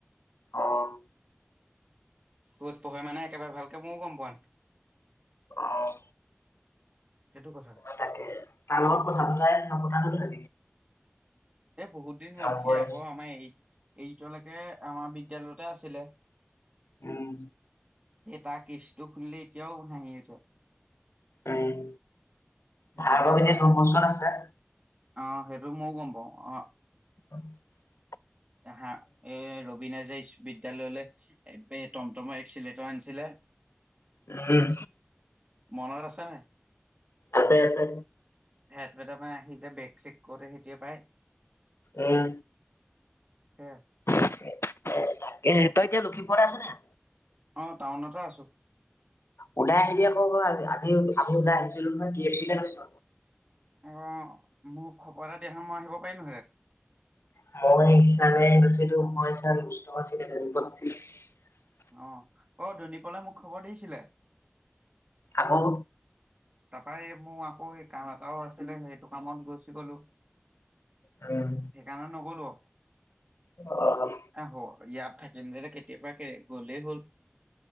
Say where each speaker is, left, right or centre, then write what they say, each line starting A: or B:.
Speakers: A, on the left; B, on the right.
A: অঁ
B: ক'ত পঢ়ে মানে একেবাৰে ভালকে মও গম পোৱা নাই
A: আহ
B: সেইটো কথা।
A: অ তাকে তাৰ লগত কথা পতাই নপতা হলো
B: এ বহুত দিন হ'ল
A: নপৰে।
B: সি আগৰ আমাৰ এই এই এতিয়ালৈকে আমাৰ বিদ্যালয়তে আছিলে
A: উম
B: এ তাৰ কেচটো খুলিলে এতিয়াও হাঁহি উঠে
A: উম
B: এইটো
A: ভাৰ্গব
B: যে
A: এতিয়া
B: বা
A: দনবকছত আছে
B: অ সেইটো মও গম পাওঁ অ
A: অ <inaudible>
B: এহা এ ৰবিনে যে ইছ বিদ্যালয়লে এ বে টমতম এ চিলেট আনিছিলে
A: উম।
B: মনত আছে নাই
A: আছে আছে
B: হেদ মেডামে আহি যে বেগ চেক কৰে সেইটোৱে পাই
A: উম
B: হে
A: তই এতিয়া লখিমপুৰতে আছ নাই?
B: অ টাউনতে আছো।
A: ওলাই আহিবি আকৌ আজি আমি ওলাই আহিছিলো নহয় কি এক্সিডেণ্ট হৈছে
B: অঁ, মোক খবৰ এটা দিয়া হলে মই আহিব পাৰিলোহেঁতেন।
A: <unintelligible>
B: অ, অ ধুনীপলে মোক খবৰ দিছিলে।
A: আকৌ
B: তাৰপৰা সে মই আকৌ কাম এটাও আছিলে। সেইটো কামত গৈছি গলো।
A: উম,
B: সেইকাৰণে নগলো।
A: অ'
B: এ হ ইয়াত থাকিম দে, এনে কেতিয়াবাকে গলেই হ'ল।